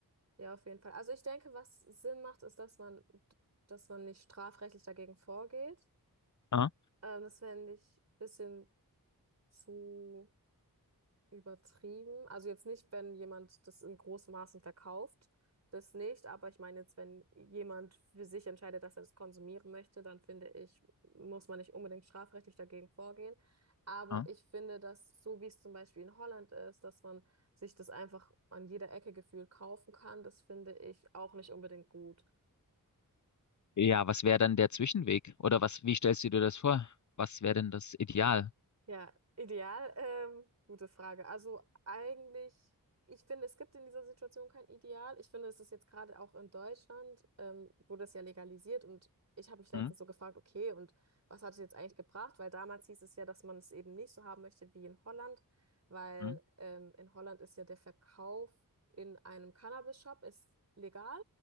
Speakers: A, on the right (about 45°); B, on the left (about 50°).
A: Ja, auf jeden Fall. Also ich denke, was Sinn macht, ist, dass man, dass man nicht strafrechtlich dagegen vorgeht.
B: Ah,
A: Ähm, das fände ich ein bisschen zu übertrieben. Also jetzt nicht, wenn jemand das in großem Maßen verkauft, das nicht. Aber ich meine jetzt, wenn jemand für sich entscheidet, dass er das konsumieren möchte, dann finde ich, muss man nicht unbedingt strafrechtlich dagegen vorgehen. Aber
B: ah.
A: ich finde, dass so wie es zum Beispiel in Holland ist, dass man sich das einfach an jeder Ecke gefühlt kaufen kann, das finde ich auch nicht unbedingt gut.
B: Ja, was wäre dann der Zwischenweg? Oder was, wie stellst du dir das vor? Was wäre denn das Ideal?
A: Ja, ideal. Ähm, gute Frage. Also eigentlich, ich finde, es gibt in dieser Situation kein Ideal. Ich finde, es ist jetzt gerade auch in Deutschland, ähm, wurde es ja legalisiert und ich habe mich letztens
B: Hm?
A: so gefragt, okay, und was hat es jetzt eigentlich gebracht? Weil damals hieß es ja, dass man es eben nicht so haben möchte wie in Holland, weil
B: Hm?
A: ähm, in Holland ist ja der Verkauf in einem Cannabis-Shop ist legal.